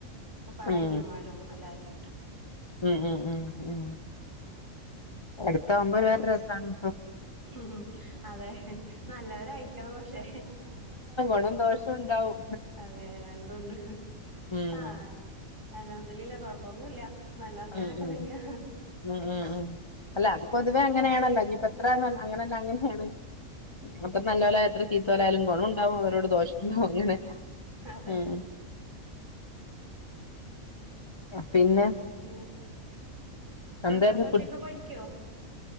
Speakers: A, on the right; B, on the left.
A: ഉപ്പാടെ
B: ഉം
A: അനിയൻ മാരും എല്ലാരും ആയിട്ട്
B: ഉം ഉം ഉം ഉം അടുതാവുമ്പോ വേറെ രസാണ്
A: ഉം ഉം അതെ നല്ലവരായിരിക്കണം പക്ഷെ
B: ഗുണവും ദോഷം ഉണ്ടാവും
A: അതെ രണ്ടുണ്ട്
B: ഉം
A: ആഹ്. അൽഹംദുലില്ലാഹ് കുഴപ്പൊന്നുല്ല നല്ല വർത്താനൊക്കെ
B: ഉം ഉം
A: തന്നെയാ
B: ഉം ഉം ഉം അല്ല അത് പൊതുവെ അങ്ങനെയാണല്ലോ ഞ്ഞി പ്പോ എത്രെണെ അങ്ങനെയല്ല അങ്ങനെയാണ് അപ്പോ നല്ലൊലാരിചിട്ട് ചീത്തോലായാലും ഗുണം ഉണ്ടാവും അവരോട് ദോഷം ണ്ടാവും അങ്ങനെ
A: അതെ
B: ഉം. പിന്നെ
A: ഉം
B: എന്തായിരുന്നു
A: മകളൊക്കെ ഒറ്റക്ക് പഠിക്കോ?